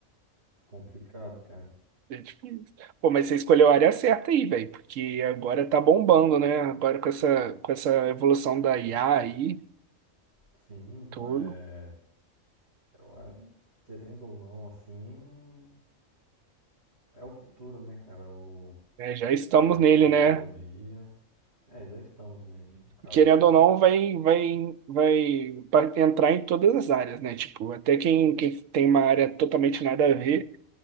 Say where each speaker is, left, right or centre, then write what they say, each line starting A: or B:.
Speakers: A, on the right; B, on the right.
A: complicado, cara.
B: É difícil. Pô, mas você escolheu a área certa aí, velho, porque agora tá bombando, né? Agora com essa, com essa evolução da IA aí,
A: Sim,
B: tudo.
A: é, eu acho, querendo ou não, assim, é o futuro, né, cara? O...
B: né? Já estamos
A: A
B: nele,
A: tecnologia.
B: né?
A: É, já estamos nele, no caso.
B: querendo ou não, vai, vai, vai pa- entrar em todas as áreas, né? Tipo, até quem, quem tem uma área totalmente nada a ver,